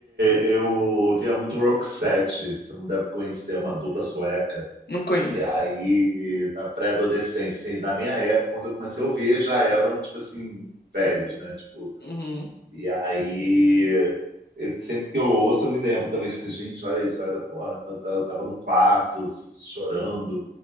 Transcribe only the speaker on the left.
Não conheço.
Uhum.